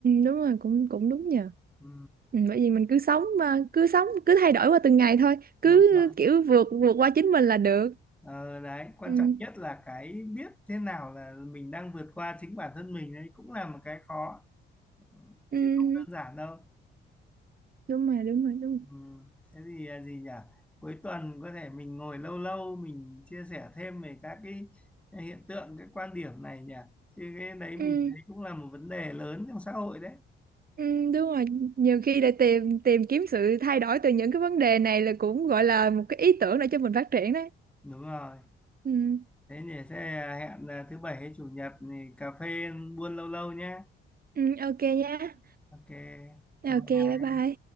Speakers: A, on the right; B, in the centre.
A: đúng rồi cũng cũng đúng nhờ
B: ừ,
A: ừ, bởi vì mình cứ sống mà cứ sống cứ thay đổi qua từng ngày thôi cứ
B: đúng rồi.
A: kiểu vượt vượt qua chính mình là được
B: Ờ, đấy quan
A: ừ,
B: trọng nhất là cái biết thế nào là mình đang vượt qua chính bản thân mình đấy cũng là một cái khó ừ,
A: ừ,
B: chứ không đơn giản đâu
A: đúng rồi đúng rồi đúng
B: ừ.
A: rồi.
B: thế thì à, gì nhỉ cuối tuần có thể mình ngồi lâu lâu mình chia sẻ thêm về các cái hiện tượng cái quan điểm này nhỉ chứ cái đấy mình
A: ừ,
B: thấy cũng là một vấn đề lớn trong xã hội đấy
A: ừ, đúng rồi nhiều khi để tìm tìm kiếm sự thay đổi từ những cái vấn đề này là cũng gọi là một cái ý tưởng để cho mình phát triển đấy
B: đúng rồi
A: ừ,
B: thế nhỉ thế à, hẹn à, thứ bảy hay chủ nhật thì cà phê buôn lâu lâu nhé
A: ừ, ok nha
B: ok bye
A: ok
B: bye
A: bye bye